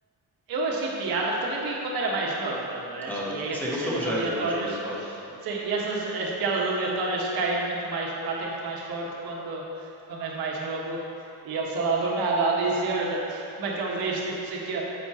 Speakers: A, on the right (about 65°); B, in the centre.
A: eu achei piada, porque também vi quando era mais novo, estás a ver?
B: Ah,
A: E
B: ok. Sim,
A: essas
B: o
A: cenas
B: filme já
A: aleatórias.
B: é de dois mil e quatro.
A: Sim, e essas as piadas aleatórias caem muito mais, batem muito mais forte quando, quando és mais novo. E ele, sei lá, do nada a dizer como é que ele diz, tipo, não sei o quê,